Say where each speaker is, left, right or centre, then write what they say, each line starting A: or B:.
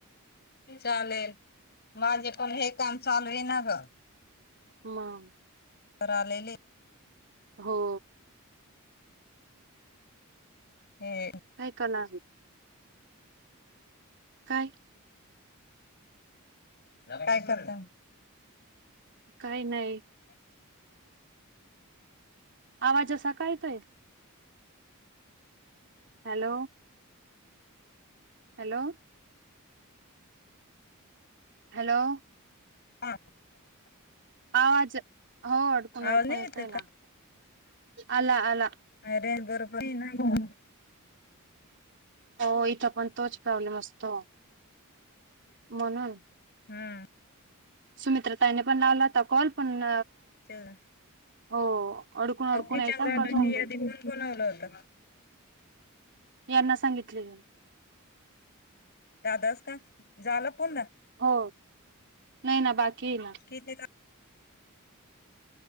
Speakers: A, on the left (about 50°); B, on the right (about 55°).
A: चालेल. माझे पण हे काम चालूये ना ग.
B: म.
A: तर आलेले.
B: हो.
A: हे.
B: काय काणारे. काय?
A: काय करता.
B: काही नाही. आवाजा असा काय येतोय. Hello, hello. हॅलो.
A: हा
B: आवाज, हो अडकून
A: आवाज
B: अडकून
A: नाही
B: येतोय
A: येत
B: ना, आला आला.
A: अ रेज बरोबर नाही ना.
B: हो इथं पण तोच प्रॉब्लेम असतो. म्हणून.
A: हम्म.
B: सुमित्रा ताईने पण नावला होता कॉल, पण
A: चला
B: हो अडकून अडकून
A: किचन
B: यायचं,
A: गार्डनची
B: अन कट जायच.
A: यादी कोण बनवलं होतं
B: यांना सांगितले.
A: दादाच का? झालं पुन्हा.
B: हो नाही ना बाकी ये ना.
A: किती ला.